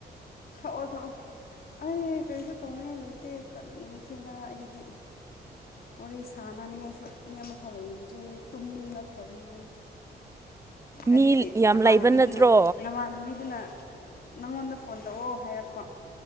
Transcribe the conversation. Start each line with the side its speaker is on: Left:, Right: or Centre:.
Left: ꯊꯥꯛꯑꯣ ꯊꯥꯛꯑꯣ ꯑꯩ ꯀꯔꯤꯁꯨ ꯇꯧꯅꯤꯡꯉꯥꯏ ꯂꯩꯇꯦ ꯇꯟꯈ꯭ꯔꯦꯗ ꯑꯩꯗꯤ ꯍꯣꯔꯦ ꯁꯥ ꯅꯥꯅꯤꯡꯉꯥꯏꯁꯨ ꯃꯤ ꯑꯃꯐꯥꯎ ꯂꯩꯇ꯭ꯔꯦ ꯇꯨꯝꯅꯤꯡꯉꯛꯈ꯭ꯔꯕꯅꯦ ꯑꯩ
Right: ꯃꯤ
Left: ꯑꯗꯨꯒꯤ
Right: ꯌꯥꯝ
Left: ꯅꯃꯥꯟꯅꯕꯤꯗꯨꯅ
Right: ꯂꯩꯕ ꯅꯠꯇ꯭ꯔꯣ
Left: ꯅꯃꯥꯟꯅꯕꯤꯗꯨꯅ ꯅꯪꯉꯣꯟꯗ ꯐꯣꯟ ꯇꯧꯑꯣ ꯍꯥꯏꯔꯛꯄ